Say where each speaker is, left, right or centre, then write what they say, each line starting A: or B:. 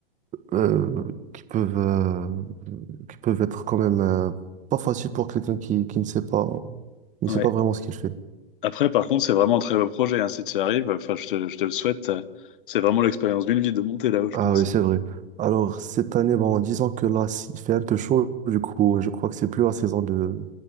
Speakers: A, on the right; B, on the left.
A: euh, qui peuvent, euh, qui peuvent être quand même euh, pas faciles pour quelqu'un qui, qui ne sait pas, qui ne
B: Ouais.
A: sait pas vraiment ce qu'il fait.
B: Après, par contre, c'est vraiment un très beau projet, hein, si tu y arrives, enfin, je te, je te le souhaite. euh, C'est vraiment l'expérience d'une vie de monter là-haut, je
A: Ah
B: pense.
A: oui, c'est vrai. Alors, cette année, bon, en disant que là, il fait un peu chaud, du coup, je crois que c'est plus la saison de,